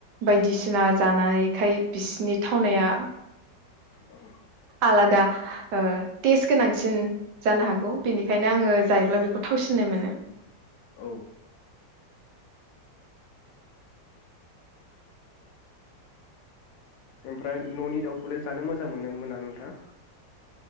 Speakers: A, on the right; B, on the left.
A: बायदिसिना जानायखाय बिसिनि थावनाया
B: औ
A: आलादा टेस गोनांसिन जानो हागौ बेनिखायनो आङो जायोब्ला बेखौ थावसिननाय मोनो
B: औ ओमफ्राय न'नि दाउखौलाय जानो मोजां मोनो मोना नोंथाङा